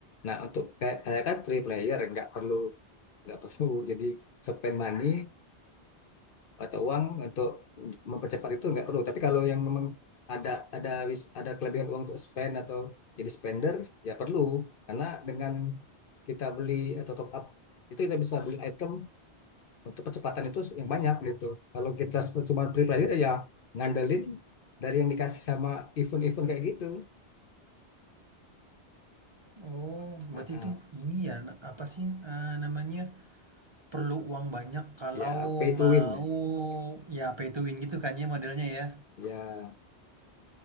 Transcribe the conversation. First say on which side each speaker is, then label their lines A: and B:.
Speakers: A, on the left; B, on the right.
A: nah untuk kayak saya kan three player nggak perlu nggak perlu <laughs> jadi spend money atau uang untuk mempercepat itu nggak perlu. Tapi kalau yang memang ada ada wis- ada kelebihan uang untuk spend atau jadi spender ya perlu karena dengan kita beli atau top up itu kita bisa beli item untuk percepatan itu yang banyak gitu. Kalau kita cuma beli pelajar ya ngandelin dari yang dikasih sama event-event kayak gitu.
B: Oh,
A: Nah,
B: berarti
A: ah.
B: itu ini ya na- apa sih eh, namanya perlu uang banyak kalau
A: Ya pay to
B: mau
A: win. Ya
B: ya pay to win gitu kan ya modelnya ya.
A: ya